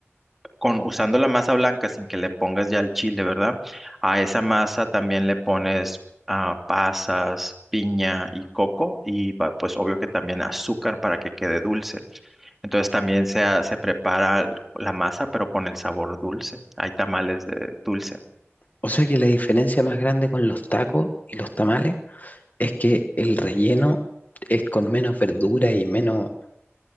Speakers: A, in the centre; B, on the left.
A: con usando la masa blanca sin que le pongas ya el chile, ¿verdad? A esa masa también le pones ah, pasas, piña y coco y pa- pues obvio que también azúcar para que quede dulce. Entonces también se, ha- se prepara la masa pero con el sabor dulce. Hay tamales de dulce.
B: O sea que la diferencia más grande con los tacos y los tamales es que el relleno es con menos verdura y menos,